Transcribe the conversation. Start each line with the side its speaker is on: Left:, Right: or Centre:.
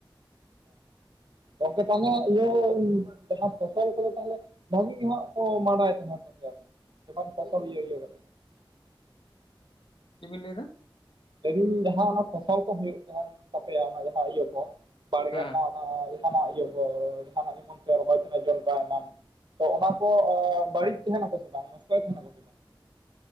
Right: ᱜᱚᱢᱠᱮ ᱛᱟᱦᱚᱞᱮ ᱤᱭᱟᱹ ᱡᱟᱦᱟᱸ, ᱯᱷᱚᱥᱚᱞ ᱠᱚᱫᱚ ᱛᱟᱦᱚᱞᱮ? ᱵᱷᱟᱹᱜᱤ ᱜᱮ ᱦᱟᱸᱜ ᱠᱚ ᱢᱟᱰᱟᱭ ᱛᱟᱦᱮᱱ ᱛᱟᱯᱮᱭᱟ ᱛᱚ, ᱡᱚᱠᱷᱚᱱ ᱯᱷᱚᱥᱚᱞ ᱤᱭᱟᱹ ᱤᱭᱟᱹ ᱠᱟᱛᱮ?
Left: ᱪᱮᱫ ᱵᱤᱱ ᱞᱟᱹᱭᱮ ᱮᱫᱟ?
Right: ᱞᱟᱹᱭ ᱟᱞᱤᱧ ᱡᱟᱦᱟᱸ ᱚᱱᱟ ᱯᱷᱚᱥᱚᱞ ᱠᱚ, ᱦᱳᱭᱩᱳᱜ ᱛᱟᱦᱮᱱ ᱛᱟᱯᱮᱭᱟ᱾ ᱚᱱᱟ ᱡᱟᱦᱟᱸ ᱤᱭᱟᱹ ᱠᱚ ᱵᱟᱲᱜᱮ
Left: ᱦᱮᱸ
Right: ᱨᱮᱱᱟᱜ? ᱡᱟᱦᱟᱱᱟᱜ ᱤᱭᱟᱹ ᱠᱚ ᱡᱟᱦᱟᱱᱟᱜ ᱡᱚᱠᱷᱚᱱ ᱡᱮᱢᱚᱱ ᱯᱮ ᱨᱚᱦᱚᱭ ᱛᱟᱦᱮᱱ ᱡᱚᱞ ᱵᱟᱭ ᱮᱢᱟᱱ᱾ ᱛᱚ ᱚᱱᱟ ᱠᱚ ᱵᱟᱹᱲᱤᱡ ᱛᱟᱦᱮᱱᱟ, ᱠᱚ ᱥᱮ ᱵᱟᱝ ᱱᱚᱥᱴᱚᱭ ᱛᱟᱦᱮᱱᱟᱠᱚ ᱥᱮ ᱵᱟᱝ?